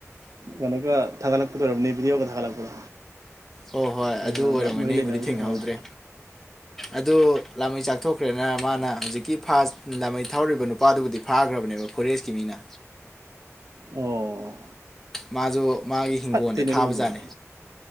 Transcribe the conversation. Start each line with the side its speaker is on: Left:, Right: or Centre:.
Right: ꯀꯩꯅꯣꯒ ꯊꯥꯒꯠꯂꯛꯄꯗꯣ ꯑꯣꯏꯔꯝꯅꯤ ꯕꯤꯗꯤꯌꯣꯒ ꯊꯥꯒꯠꯂꯛꯄꯗꯣ
Centre: ꯍꯣꯏ ꯍꯣꯏ
Right: ꯀꯅꯥꯅ
Centre: ꯑꯗꯨ ꯑꯣꯏꯔꯝꯒꯅꯤ
Right: ꯃꯔꯤ
Centre: ꯑꯩꯕꯨꯗꯤ
Right: ꯂꯩꯅꯕꯁꯤꯡ
Centre: ꯊꯦꯡꯅꯍꯧꯗ꯭ꯔꯦ
Right: ꯑ
Centre: ꯑꯗꯨ ꯂꯥꯃꯩ ꯆꯥꯛꯊꯣꯛꯈ꯭ꯔꯦꯅ ꯃꯥꯅ ꯍꯧꯖꯤꯛꯀꯤ ꯐꯥꯁ ꯂꯥꯃꯩ ꯊꯥꯎꯔꯤꯕ ꯅꯨꯄꯥꯗꯨꯕꯨꯗꯤ ꯐꯥꯒ꯭ꯔꯕꯅꯦꯕ ꯐꯣꯔꯦꯁꯀꯤ ꯃꯤꯅ
Right: ꯑꯣ
Centre: ꯃꯥꯖꯨ ꯃꯥꯒꯤ ꯍꯤꯡꯒꯣꯜꯗ
Right: ꯐꯠꯇꯦꯅꯦ
Centre: ꯊꯥꯕꯖꯥꯠꯅꯤ
Right: ꯑꯗꯨꯒꯨꯝꯕꯗꯣ